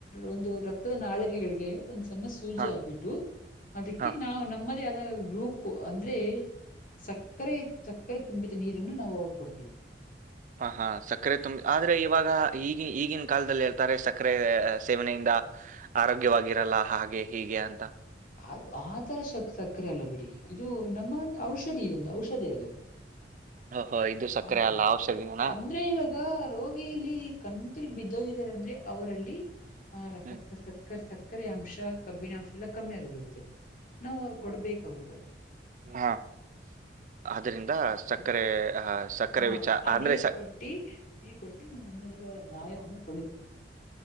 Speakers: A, on the left; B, on the right.
A: ಒಂದು ರಕ್ತದ ನಾಳೆಗೆೆಗಳಿಗೆ ಒಂದ್ ಸಣ್ಣ ಸೂಜಿ
B: ಹಾ
A: ಆಗ್ಬಿಟ್ಟು ಅದಕಿ
B: ಹಾ
A: ನಾವು ನಮ್ಮದೇ ಆದ ರೂಕ್ ಅಂದ್ರೆ ಸಕ್ಕರೆ ಸಕ್ಕರೆ ತುಂಬಿದ ನೀರನ್ನು ನಾವು ಕೊಡ್ತೀವಿ
B: ಹಾಂ ಹಾ ಸಕ್ಕರೆ ತುಂಬ ಆ ಆದ್ರೆ ಇವಾಗ ಈಗಿನ ಈಗಿನ ಕಾಲದಲ್ಲಿ ಹೇಳ್ತಾರೆ ಸಕ್ಕರೆ ಸೇವನೆಯಿಂದ ಆರೋಗ್ಯವಾಗಿರಲ್ಲ ಹಾಗೆ ಹೀಗೆ ಅಂತ
A: ಅದು ಆತರ ಸಕ್ಕರೆ ಅಲ್ಲ ಬಿಡಿ ಇದು ನಮ್ಮ ಒಂದು ಔಷಧಿ ಇದೊಂದು ಔಷಧಿ ಅದು
B: ಹ ಹ ಇದು ಸಕ್ಕರೆ
A: ಹ ಹ
B: ಅಲ್ಲ ಔಷಧಿನಾ
A: ಅಂದ್ರೆ ಇವಾಗ ರೋಗಿಲ್ಲಿ ಕಂತ್ರಿ ಬಿದ್ದೋಗಿದಾರ ಅಂದ್ರೆ ಅವರಲ್ಲಿ ಆ ಸಕ್ಕರ್
B: ಹ್ಮ್
A: ಸಕ್ಕರೆ ಸಕ್ಕರೆ ಅಂಶ ಕಬ್ಬಿಣ ಅಂಶ ಎಲ್ಲ ಕಮ್ಮಿ ಆಗಹೋಗಿರುತ್ತೆ. ನಾವ್ ಅವ್ರ ಕೊಡ್ಬೇಕ ಅವ್ರಗ
B: ಹ ಆದರಿಂದ ಸಕ್ಕರೆ ಸಕ್ಕರೆ
A: ಹ
B: ವಿಚ
A: ಆ
B: ಅಂದ್ರೆ
A: ನೀರ್
B: ಸ
A: ಕೊಟ್ಟಿ ನೀರ್ ಕೊಟ್ಟಿ ಮೊದಲನೆಯದಾಗಿ ಅವ ಗಾಯವನ್ನು ತೊಳಿ